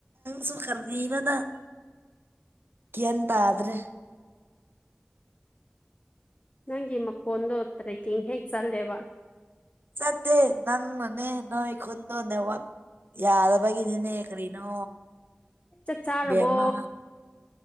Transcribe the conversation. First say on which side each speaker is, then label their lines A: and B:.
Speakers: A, on the right (about 55°); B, on the left (about 30°).
A: ꯁꯨ ꯀꯔꯤꯅ ꯅꯪ ꯒꯌꯥꯟ ꯇꯥꯗ꯭ꯔꯦ
B: ꯅꯪꯒꯤ ꯃꯈꯣꯟꯗꯣ ꯇ꯭ꯔꯦꯀꯤꯡ ꯍꯦꯛ ꯆꯠꯂꯦꯕ
A: ꯆꯠꯇꯦ ꯅꯪꯅꯅꯦ ꯅꯣꯏ ꯈꯨꯟꯗꯣ ꯅꯦꯠꯋꯥꯛ ꯌꯥ ꯕꯒꯤꯅꯤꯅꯦ ꯀꯔꯤꯅꯣ
B: ꯆꯥꯛ ꯆꯥꯔꯕꯣ
A: ꯕꯦꯝꯃ